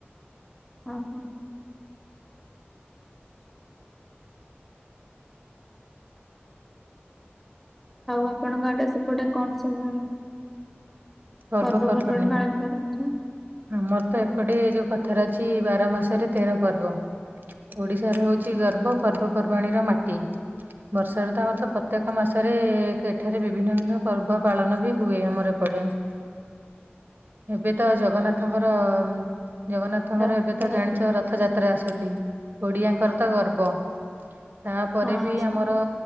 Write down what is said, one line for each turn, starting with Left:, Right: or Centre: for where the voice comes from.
Centre: ଓ ହୋ ଆଉ ଆପଣଙ୍କ ଆଡେ ସେପଟେ କଣ ସବୁ।
Right: ପର୍ବପର୍ବାଣୀ
Centre: ପର୍ବ ପର୍ବାଣି ପାଳନ କରନ୍ତି ସବୁ।
Right: ଆମର ତ ଏପଟେ ଯୋଉ କଥାରେ ଅଛି ବାର ମାସରେ ତେର ପର୍ବ। ଓଡିଶାରେ ହଉଛି ଗର୍ବ ପର୍ବପର୍ବାଣୀର ମାଟି। ବର୍ଷାାରେ ତ ଆମର ତ ପ୍ରତ୍ୟେକ ମାସରେ ଏଠାରେ ବିଭିନ୍ନ ବିଭିନ୍ନ ପର୍ବ ପାଳନ ବି ହୁଏ ଆମର ଏପଟେ। ଏବେ ତ ଜଗନ୍ନାଥ ରଥଙ୍କର ଜଗନ୍ନାଥଙ୍କର
Centre: ରଥଯାତ୍ରା
Right: ଏବେ ତ ଜାଣିଛ ରଥଯାତ୍ରା ଆସୁଛି। ଓଡିଆଙ୍କର ତ ଗର୍ବ ତାପରେ
Centre: ହଁ
Right: ବି ଆମ ଆମର